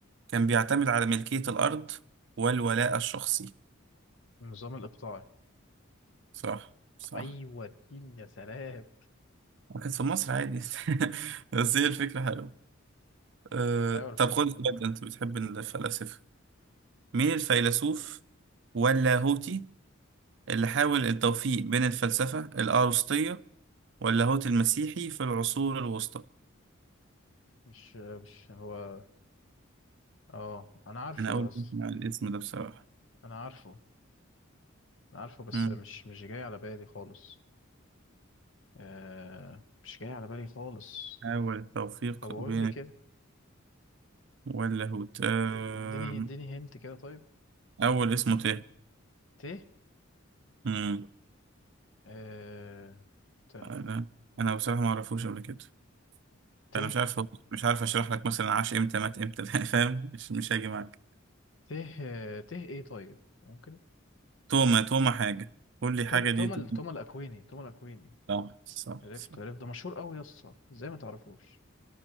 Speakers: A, on the right; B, on the left.
A: كان بيعتمد على ملكية الأرض والولاء الشخصي
B: النظام الإقطاعي
A: صح صح
B: ايوه اديني يا سلام
A: كانت في مصر عادي <laughs> بس هي الفكرة حلوة أه...
B: ايوه الفكرة
A: طب خد السؤال
B: حلوة كمان.
A: ده انت بتحب الفلاسفة مين الفيلسوف واللاهوتي اللي حاول التوفيق بين الفلسفة الأرسطية واللاهوت المسيحي في العصور الوسطى
B: مش مش هو اه انا عارفه
A: أنا أول
B: ده اصلا
A: مرة أسمع الاسم ده بصراحة
B: انا عارفه أنا عارفه بس
A: مم.
B: مش مش جاي على بالي خالص آه مش جاي على بالي خالص
A: حاول التوفيق
B: طب قول
A: بين
B: لي كده
A: واللاهوت أه...
B: اديني اديني هنت كده طيب
A: أول اسمه تاه
B: ت
A: مم.
B: آه ت
A: أنا أنا بصراحة ما أعرفوش قبل كده
B: ت
A: انا مش عارف مش عارف اشرح لك مثلا عاش امتى مات امتى <laughs> فاهم مش مش هاجي معاك
B: ت آه، ت ايه طيب ممكن
A: توما توما حاجه قول لي حاجه
B: توم توما
A: دي تبقى-
B: ال- توما الاكويني توما الاكويني
A: <laughs> صح صح
B: عرفته
A: صح
B: عرفت ده مشهور قوي يا اسطى ازاي ما تعرفوش